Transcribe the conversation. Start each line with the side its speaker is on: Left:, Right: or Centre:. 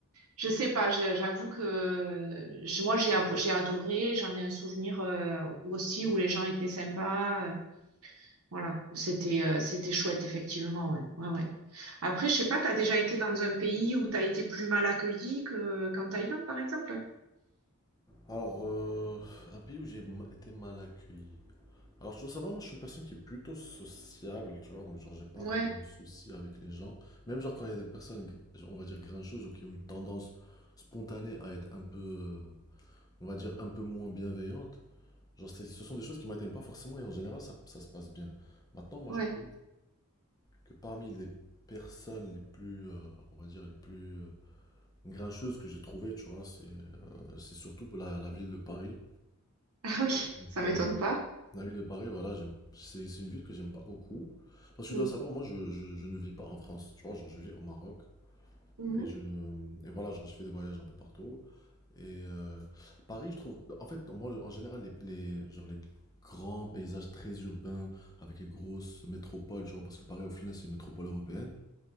Right: je sais pas. je- J'avoue que je- moi j'ai, abo- j'ai adoré. J'en ai un souvenir euh, aussi où les gens étaient sympas. euh, voilà, c'était, euh, c'était chouette effectivement. Ouais, ouais, ouais. Après, je sais pas, t'as déjà été dans un pays où t'as été plus mal accueilli que qu'en Thaïlande, par exemple?
Left: Alors, euh, un pays où j'ai ma- été mal accueilli. Alors, je dois savoir, moi, je suis une personne qui est plutôt sociable, tu vois, donc, genre, j'ai pas
Right: Ouais,
Left: vraiment de soucis avec les gens. Même, genre, quand il y a des personnes, gr- on va dire, grincheuses ou qui ont une tendance spontanée à être un peu, euh, on va dire, un peu moins bienveillantes. Genre, c'est- ce sont des choses qui m'atteignent pas forcément et en général, ça, ça se passe bien. Maintenant, moi,
Right: ouais.
Left: je trouve
Right: <laughs>
Left: que parmi les personnes les plus, euh, on va dire, les plus euh, grincheuses que j'ai trouvées, tu vois, c'est euh, c'est surtout pour la, la ville de Paris.
Right: Ah oui,
Left: Donc,
Right: ça m'étonne
Left: euh,
Right: pas.
Left: la ville de Paris, voilà, j'aime- c'est c'est une ville que j'aime pas beaucoup. Parce que
Right: Mm,
Left: tu dois savoir, moi, je, je, je ne vis pas en France, tu vois, genre, je vis au Maroc.
Right: mhm,
Left: Et je, et voilà, genre, je fais des voyages un peu partout. Et euh, Paris, je trouve, en fait, moi, le- en général, les, les- genre, les grands paysages très urbains avec les grosses métropoles, tu vois, parce que Paris, au final, c'est une métropole européenne.